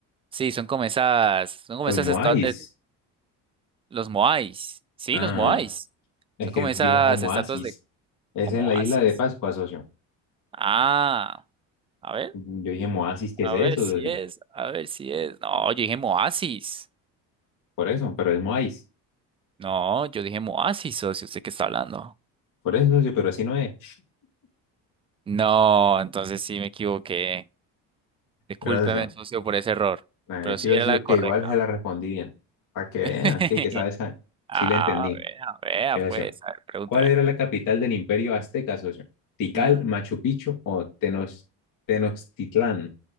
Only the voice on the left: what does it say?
¿Los
Moais?
Ah,
es
que
dijo
Moasis.
Es
en
la isla de Pascua, socio.
Yo dije Moasis, ¿qué
es eso,
socio?
Por eso, pero es Moais.
Por eso, socio, pero así no es.
¿Verdad, socio?
Aquí
lo
socio,
que igual se la respondí bien. Para que vean,
que, que sabe, sabe. Sí
le entendí.
Esa,
socio.
¿Cuál era la capital del imperio azteca, socio? ¿Tikal,
Machu Picchu o Tenoch- Tenochtitlán?